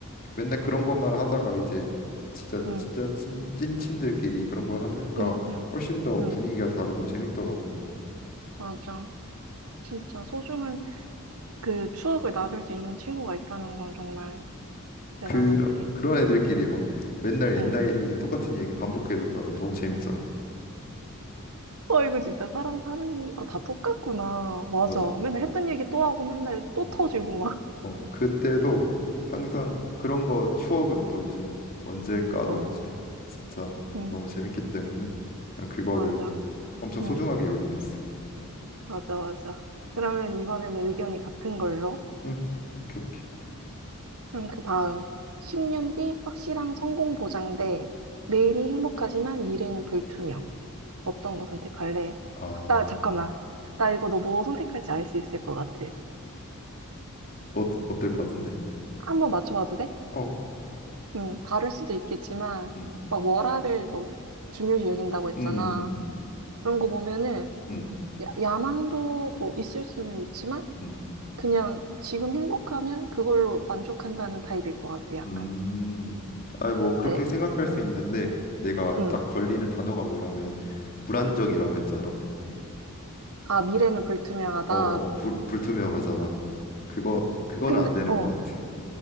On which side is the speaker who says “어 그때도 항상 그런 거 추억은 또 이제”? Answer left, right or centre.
Left